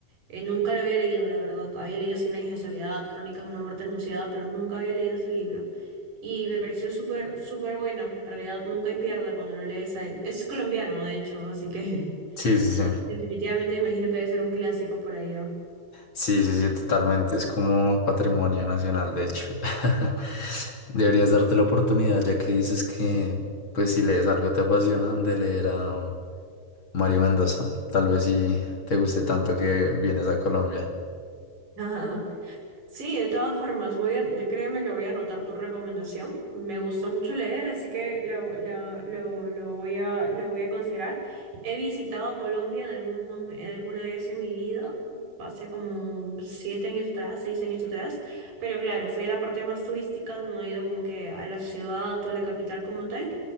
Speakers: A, on the right (about 70°); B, on the left (about 35°).
A: Eh, nunca lo había leído, la verdad. Había leído Cien años de soledad, Crónicas de una muerte anunciada, pero nunca había leído ese libro. Y me pareció súper, súper bueno. En realidad, nunca hay pierde cuando lo lees a él. Es colombiano, de hecho, así que
B: Sí, sí,
A: <laughs>
B: sí.
A: definitivamente me imagino que debe ser un clásico por allá.
B: Sí, sí, sí, totalmente. Es como patrimonio nacional, de hecho. <laughs> Deberías darte la oportunidad, ya que dices que, pues, si lees algo te apasiona, de leer a Mario Mendoza. Tal vez si te guste tanto que vienes a Colombia.
A: <laughs> Sí, de todas formas, voy a, de- créeme que voy a anotar tu recomendación. Me gusta mucho leer, así que lo, la- lo, lo voy a, lo voy a considerar. He visitado Colombia en algún momen- en alguna vez en mi vida, hace como siete años atrás, seis años atrás, pero claro, fui a la parte más turística, no he ido como que a la ciudad o a la capital como tal.